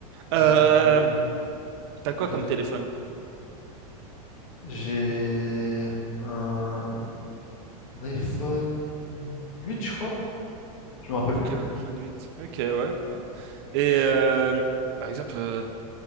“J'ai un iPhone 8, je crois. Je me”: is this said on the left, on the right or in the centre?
Left